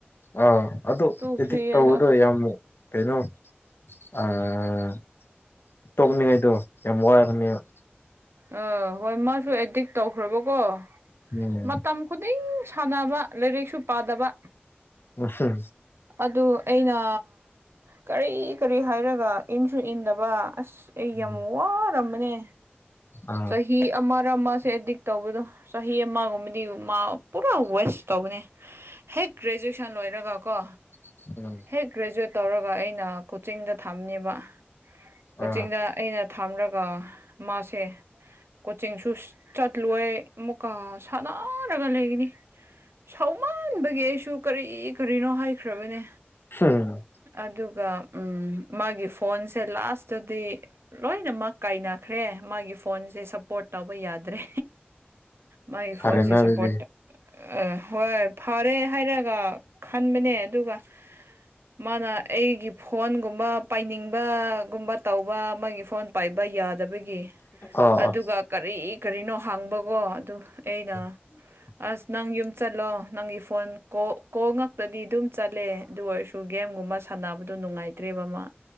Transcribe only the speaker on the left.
ꯑ ꯑꯗꯨ
ꯑꯦꯗꯤꯛ
ꯇꯧꯕꯗꯨ
ꯌꯥꯝꯅ ꯀꯩꯅꯣ ꯑ ꯇꯣꯛꯅꯤꯡꯉꯥꯏꯗꯣ ꯌꯥꯝ ꯋꯥꯕꯅꯦꯕ
ꯎꯝ
ꯎꯝꯍꯝ
ꯎꯝ
ꯑꯥ
<inaudible>
ꯑꯥ
ꯍꯝ
ꯐꯔꯦꯅ
ꯑꯗꯨꯗꯤ
ꯑꯥ
ꯑꯥ
<inaudible>